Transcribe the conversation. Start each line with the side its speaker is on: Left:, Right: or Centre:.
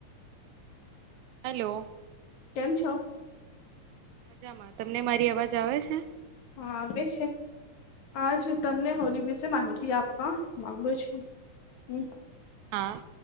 Right: hello.
Left: કેમ છો?
Right: મજામાં, તમને મારી અવાજ આવે છે?
Left: હા આવે છે. હજ હું તમને હોલી વિશે માહિતી આપવા માંગુ છું. હમ.
Right: હા.